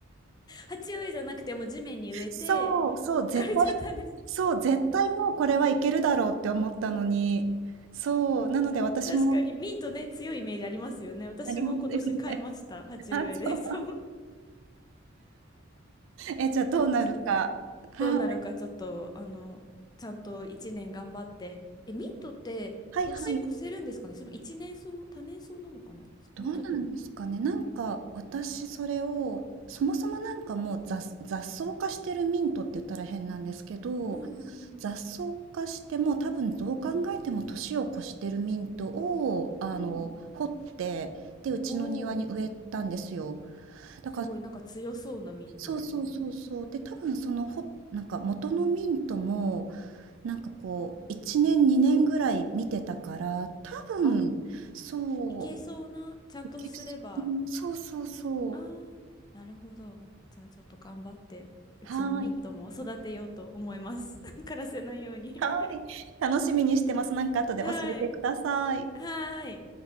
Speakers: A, on the left; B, on the right.
A: 鉢植えじゃなくても地面に植えて、
B: そう、そう、絶対、
A: 枯れちゃったんです。
B: そう、絶対もうこれはいけるだろうって思ったのに、そう、なので私も
A: 確かにミートね、強いイメージありますよね。私も今年買いました、
B: ありますよね。
A: 鉢植えで。
B: <laughs> あ、そう。
A: <laughs> そう、
B: え、じゃあどうなるか。
A: そう、み
B: はい
A: どうなるかちょっと、あの、ちゃんと1年頑張って。え、ミートって年越せるんですかねその一年草、
B: はいはい。
A: 多年草なのかなそこもちょっと。
B: どうなんですかね。なんか私それを、そもそもなんかもう雑、雑草化してるミントって言ったら変なんですけど、
A: うんうん
B: 雑草化してもう多分どう考えても年を越してるミントを、あの、
A: うん。うん
B: 掘って、で、うちの庭に植えたんですよ。
A: おお、
B: だから
A: すごい、なんか強そうなミートですね。
B: そうそうそうそうで、多分そのほ、なんか元のミントも、なんかこう、1年、2年ぐらい見てたから、多分、
A: あ、
B: そ
A: いけそうな、ちゃんとすれば。
B: う、いけそうそうそうそう。
A: ああ、なるほど。じゃあちょっと頑張って、うちのミントも育てようと思います。
B: はーい。
A: <laughs> 枯らせないように
B: はーい。<laughs> 楽しみにしてます。なんか後で教えてください。
A: はい。はい。